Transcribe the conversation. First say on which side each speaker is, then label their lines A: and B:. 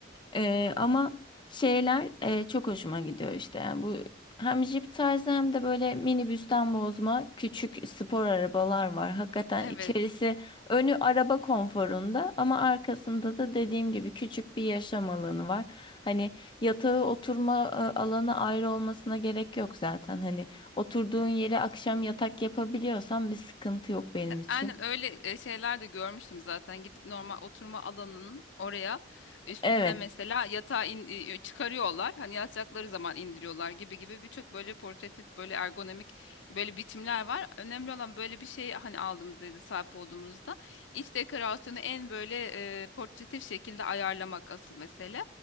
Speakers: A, on the left (about 25°); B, on the left (about 80°).
A: Ee, ama şeyler e, çok hoşuma gidiyor işte. Yani bu hem jip tarzı hem de böyle minibüsten bozma küçük spor arabalar var. Hakikaten
B: <laughs> Evet.
A: içerisi önü araba konforunda ama arkasında da dediğim gibi küçük bir yaşam alanı var. Hani yatağı oturma e, alanı ayrı olmasına gerek yok zaten. Hani oturduğun yere akşam yatak yapabiliyorsan bir sıkıntı yok benim için.
B: Aynen öyle e, şeyler de görmüştüm zaten. Gidip normal oturma alanının oraya üstünde
A: Evet,
B: mesela yatağı in- e, çıkarıyorlar. Hani yatacakları zaman indiriyorlar gibi gibi birçok böyle portatif böyle ergonomik böyle biçimler var. Önemli olan böyle bir şey hani aldığımızda sahip olduğumuzda iç dekorasyonu en böyle e, portatif şekilde ayarlamak asıl mesele.